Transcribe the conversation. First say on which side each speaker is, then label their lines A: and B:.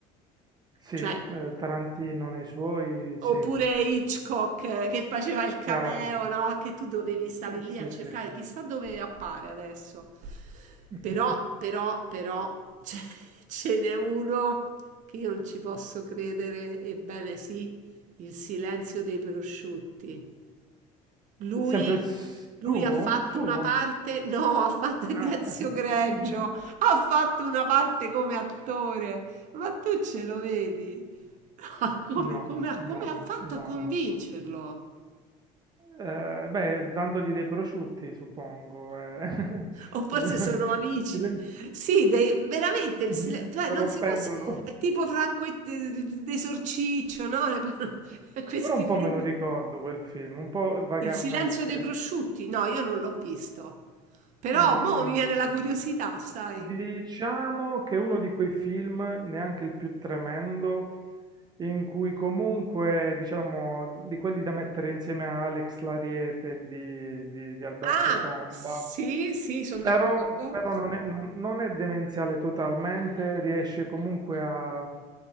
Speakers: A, on the right; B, on the right.
A: Sì,
B: cioè,
A: eh, Tarantino nei suoi,
B: Oppure
A: sì,
B: Hitchcock eh, che faceva il cameo,
A: chiaro.
B: no? Che tu dovevi stavi lì
A: Sì,
B: a cercare,
A: sì.
B: chissà dove appare adesso.
A: <laughs>
B: Però, però, però, <laughs> ce ce n'è uno che io non ci posso credere, ebbene sì, Il silenzio dei prosciutti. Lui,
A: Sempre
B: lui
A: suo?
B: ha fatto
A: Suo?
B: una parte, no, ha fatto è di
A: Ah.
B: Ezio Greggio,
A: <laughs>
B: ha fatto una parte come attore, ma tu ce lo vedi? Ah, come,
A: No,
B: come ha
A: no,
B: come ha fatto
A: no.
B: a convincerlo?
A: Ehm, beh, dandogli dei prosciutti, suppongo, eh. <laughs>
B: O forse
A: Eh,
B: sono amici.
A: Il
B: Sì, de- veramente, il
A: <laughs>
B: sile-
A: mh-mh,
B: cioè,
A: corrompendolo.
B: non si può... s- È tipo Franco e eh, d'Esorciccio, no? Le par- <laughs> Questi
A: Però un po'
B: film.
A: me lo ricordo quel film, un po' vagamente.
B: Il silenzio dei prosciutti? No, io non l'ho visto. Però,
A: Mhmm
B: mo' mi viene la curiosità, sai?
A: Diciamo che è uno di quei film, neanche il più tremendo, in cui comunque, diciamo, di quelli da mettere insieme a Alex l'Ariete di, di- di Alberto
B: Ah,
A: Tomba,
B: sì, sì, sono
A: però,
B: d'accordo.
A: però non è, non- non è demenziale totalmente, riesce comunque a, a